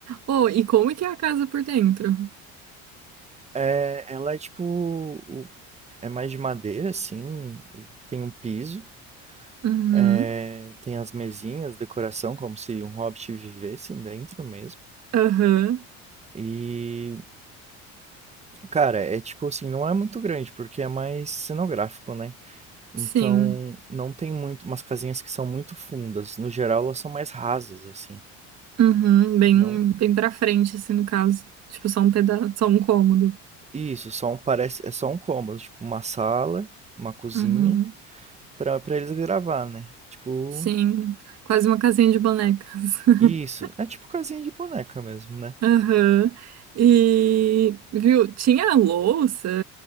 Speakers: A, on the right; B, on the right.
A: Oh, e como é que é a casa por dentro?
B: É, ela é tipo. o- É mais de madeira, assim. o- Tem um piso.
A: Uhum,
B: é, tem as mesinhas, decoração, como se um hobbit vivesse dentro mesmo.
A: aham,
B: E, cara, é tipo assim, não é muito grande, porque é mais cenográfico, né? Então,
A: sim.
B: não tem muito umas casinhas que são muito fundas. No geral, elas são mais rasas, assim.
A: Uhum, bem,
B: Não.
A: bem pra frente, assim, no caso. Tipo, só um pedaço, só um cômodo.
B: Isso, só um parece, é só um cômodo, tipo uma sala, uma cozinha
A: Uhum,
B: pra para eles gravar, né? Tipo,
A: sim. Quase uma casinha de bonecas. <laughs>
B: isso. É tipo casinha de boneca mesmo, né?
A: Aham. E, viu, tinha louça,